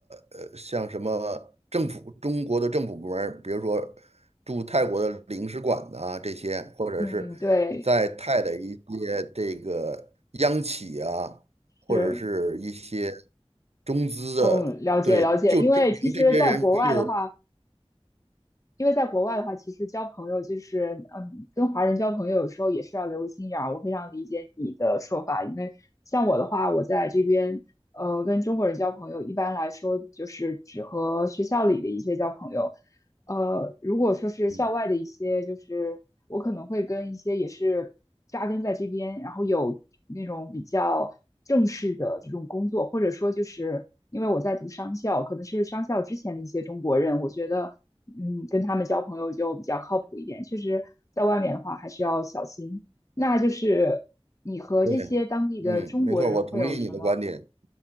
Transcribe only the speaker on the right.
呃像什么政府中国的政府部门儿比如说驻泰国的领事馆呐、这些，或者是在泰的一些这个央企啊，
或者是一些
中资的，
对，就证明这些人是有。
嗯。
对，嗯，没错，我同意你的观点。